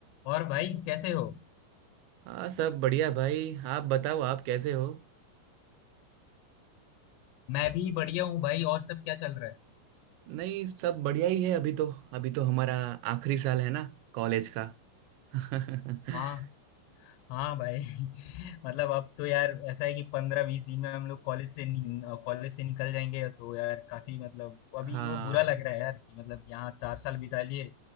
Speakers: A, on the left (about 85°); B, on the right (about 85°).
A: और भाई कैसे हो
B: हाँ सब बढ़िया भाई आप बताओ आप कैसे हो
A: मैं भी बढ़िया हूँ भाई और सब क्या चल रहा है
B: नहीं सब बढ़िया ही है अभी तो अभी तो हमारा आखिरी साल है ना कॉलेज का <laughs>
A: हाँ हाँ भाई <laughs> मतलब अब तो यार ऐसा है कि पंद्रह बीस दिन में हम लोग कॉलेज से कॉलेज से निकल जाएंगे तो यार काफी मतलब अभी
B: हाँ
A: वो बुरा लग रहा है यार कि मतलब यहाँ चार साल बिता लिए